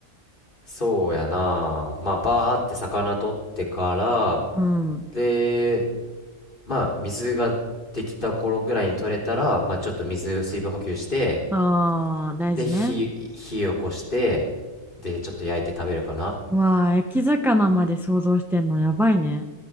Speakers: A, on the left (about 40°); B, in the centre.
A: そうやな。まあ、バーって魚取ってから、
B: う。うん。
A: で、まあ、水ができた頃ぐらいに取れたら、まあ、ちょっと水、水分補給して、
B: ああ、大事ね。
A: で、火、火起こして、で、ちょっと焼いて食べるかな。
B: うわあ、焼き魚まで想像してんのやばいね。